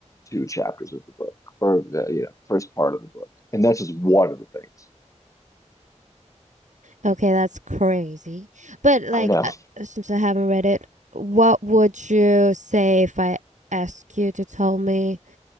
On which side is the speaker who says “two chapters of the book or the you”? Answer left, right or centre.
Left